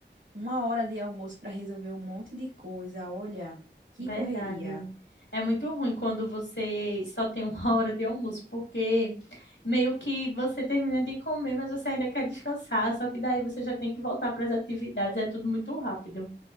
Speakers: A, on the right; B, on the left.
A: Uma hora de almoço para resolver um monte de coisa, olha, que
B: Verdade.
A: correria.
B: É muito ruim quando você só tem uma <laughs> hora de almoço, porque meio que você termina de comer, mas você ainda quer descansar, só que daí você já tem que voltar para as atividades, é tudo muito rápido.